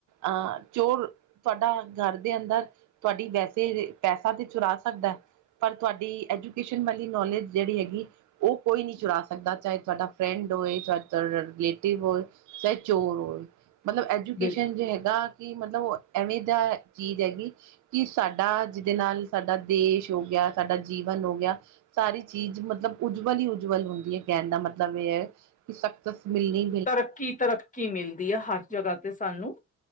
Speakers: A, on the right; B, on the left.
A: ਅਹ ਚੋਰ ਤੁਆਡਾ ਘਰ ਦੇ ਅੰਦਰ ਤੁਆਡੀ ਵੈਸੇ ਪੈਸਾ ਤੇ ਚੁਰਾ ਸਕਦੈ। ਤੁਆਡੀ ਐਜੂਕੇਸ਼ਨ ਵਾਲੀ ਨੌਲੇਜ ਜੇੜੀ ਹੇਗੀ ਓ ਕੋਈ ਨੀ ਚੁਰਾਾ ਸਕਦਾ ਚਾਏ ਥਾਡਾ ਫਰੈਂਡ ਹੋਏ ਚਾਏ ਤਾਡਾ ਰਿਲੇਟਿਵ ਹੋਏ ਚਾਏ ਚੋਰ ਹੋਏ ਮਲਬ ਐਜੂਕੇਸ਼ਨ
B: ਬਿਲ
A: ਜੇ ਹੈਗਾ ਕਿ ਮਤਲਬ ਓ ਐਵੇਂ ਦਾ ਚੀਜ਼ ਹੈਗੀ ਕਿ ਸਾਡਾ ਜਿਦੇ ਨਾਲ ਸਾਡਾ ਦੇਸ਼ ਹੋ ਗਿਆ ਸਾਡਾ ਜੀਵਨ ਹੋ ਗਿਆ ਸਾਰੀ ਚੀਜ਼ ਮਤਲਬ ਉਜਵਲ ਹੀ ਉਜਵਲ ਹੁੰਦੀ ਐ ਕੈਂਣ ਦਾ ਮਤਲਬ ਏ ਐ ਕਿ ਸਕਸਸ ਮਿਲਨੀ
B: ਤਰੱਕੀ -ਤਰੱਕੀ ਮਿਲਦੀ ਆ ਹਰ ਜਗ੍ਹਾ ਤੇ ਸਾਨੂੰ।